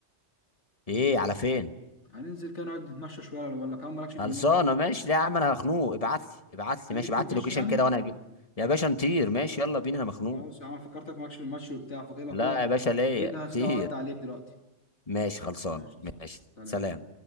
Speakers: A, on the left; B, on the left.
A: ايه على فين
B: هننزل كده نقعد نتمشى شويه ولا ولا كمان مالكش في
A: خلصانه
B: المشي
A: ماشي لا يا عم انا مخنوق ابعت لي ابعت
B: كان
A: لي ماشي
B: ليك
A: ابعت
B: في المشي
A: لي لوكيشن
B: يعني
A: كده وانا هجيب يا باشا نطير ماشي يلا بينا انا مخنوق
B: خلاص يا عم فكرتك مالكش في المشي وبتاع فكده لو
A: لا
B: كده
A: يا باشا ليا
B: اجهز
A: طير
B: كده وعدي عليك دلوقتي
A: ماشي خلصانه
B: ماشي
A: ماشي
B: صح سلام
A: سلام